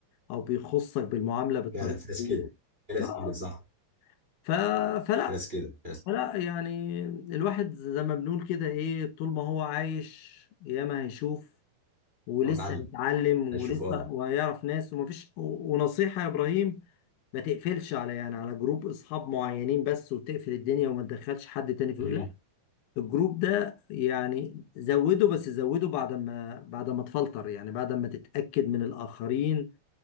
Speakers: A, on the left (about 70°); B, on the right (about 20°).
A: او بيخصك بالمعامله بالطريقه
B: فعلا في ناس
A: دي
B: كده في ناس
A: آه،
B: كده صح
A: ف... فلا
B: في ناس كده في ناس
A: لا يعني الواحد زي ما بنقول كده ايه طول ما هو عايش ياما هيشوف ولسه
B: بالظبط اتعلم
A: هيتعلم
B: اشوف
A: ولسه
B: اه
A: وهيعرف ناس ومفيش و- ونصيحة يا ابراهيم ما تقفلش على يعني على جروب اصحاب معينين بس وتقفل الدنيا وما تدخلش حد تاني فيه
B: امم
A: لا الجروب ده يعني زوده بس زوده بعد ما بعد ما تفلتر يعني بعد ما تتأكد من الآخرين